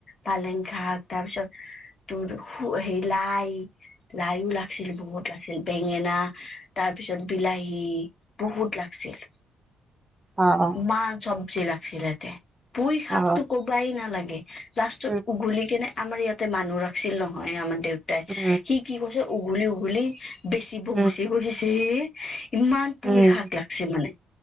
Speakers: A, on the left; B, on the right.
A: পালেং শাক তাৰপিছত উ উ উ তোৰ হো সেই লাই লাইও লাগছিল বহুত লাগছিল বেঙেনা ইহ্ তাৰপিছত বিলাহী বহুত লাগছিল।
B: অ অ
A: ইমান চব্জি লাগিছিলেতে পুই শাকতো
B: অ
A: কবাই নালাগে ইহ্ লাষ্টত
B: উম
A: উঘলি কেনে আমাৰ ইয়াতে মানুহ ৰাখছিল নহয় আমাৰ দেউতাই ইহ্
B: উম
A: সি কি কৈছে উঘলি উঘলি ই বেচিব
B: উম
A: গুচি গৈছে হে ইহ্ ইমান পুই
B: উম
A: শাক লাগছে মানে